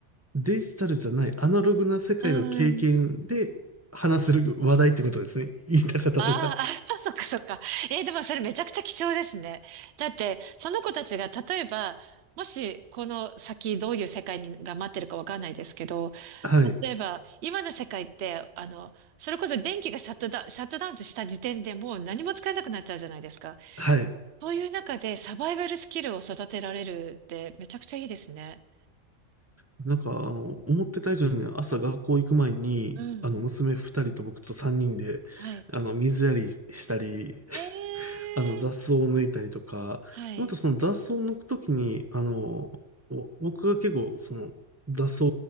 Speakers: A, on the right; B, on the right.
A: デジタルじゃないアナログな世界の経験で話せる話題ってことですね。
B: うん。
A: 言いたかったのが。
B: あーあ、<laughs> そっかそっか。えーでもそれめちゃくちゃ貴重ですね。だって、その子たちが例えば、もしこの先どういう世界にが待ってるかわかんないですけど、
A: はい。
B: 例えば今の世界って、あの、それこそ電気がシャットダウン、シャットダウンした時点でもう何も使えなくなっちゃうじゃないですか。
A: はい。
B: そういう中でサバイバルスキルを育てられるってめちゃくちゃいいですね。
A: なんか、あの、思ってた以上に朝学校行く前に、
B: うん。
A: あの、娘二人と僕と三人で、
B: はい。
A: あの、水やりしたり、<laughs>
B: ええー。
A: あの、雑草を抜いたりとか、
B: はい。
A: あとその雑草を抜くときに、あの、お僕が結構、その、雑草